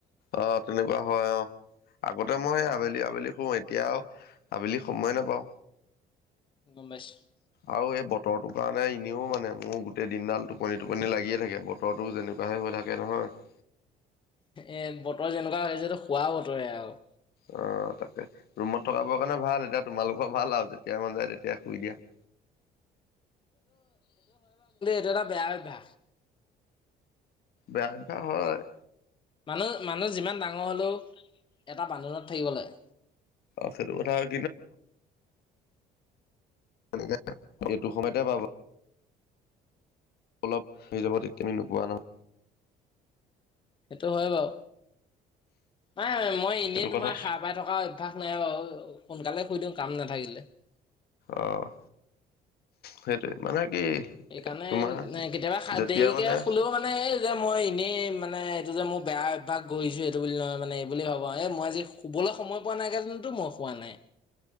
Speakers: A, on the left; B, on the left.
A: অ তেনেকুৱা হয় অ আগতে মই আবেলি আবেলি শুওঁ এতিয়া আও আবেলি সময় নাপাওঁ।
B: গম পাইছো।
A: আৰু এই বতৰটোৰ কাৰণে এনেও মানে মোৰ গোটেই দিনডাল টোপনি টোপনি লাগিয়ে থাকে বতৰটো যেনেকুৱাহে হৈ থাকে নহয়। <inaudible>
B: এ বতৰ যেনেকুৱা হৈছে শোৱা বতৰ আৰু
A: অ তাকে ৰুমত থকাবৰ কাৰণে ভাল এতিয়া তোমালোকৰ ভাল আৰু যেতিয় মন যায় তেতিয়াাই শুই দিয়া। <inaudible>
B: দাদা বেয়া অভ্যাস,
A: <unintelligible> হয়।
B: মানুহ মানুহ যিমান ডাঙৰ হ'লেও এটা বান্ধোনত থাকিব লাগে।
A: অ সেইটো কথা হয়। <unintelligible> এইটো সময়তে পাবা। অলপ হিচাপত এতিয়া আমি নোপোৱা নহয়।
B: সেইটো হয় বাৰু নাই মই এনেই
A: সেইটো
B: তোমাৰ
A: কথা
B: সাৰ পাই থকা অভ্যাস নাই বাৰু সোনকালে শুই দিওঁ। কাম নাথাকিলে।
A: অ', সেইটোৱে, মানে। কি
B: সেইকাৰণে,
A: তোমাৰ
B: এ সা কেতিয়াবা
A: যেতিয়া
B: দেৰিকে
A: মানে
B: শুলেও মানে, এই যে মই। এনেই মানে, এইটো যে মোৰ বেয়া অভ্যাস গৈছে এইটো বুলি নহয় মানে, এই বুলি ভাবো এই মই যে শুবলৈ সময় পোৱা নাই কাৰনেটো, মই শুৱা নাই।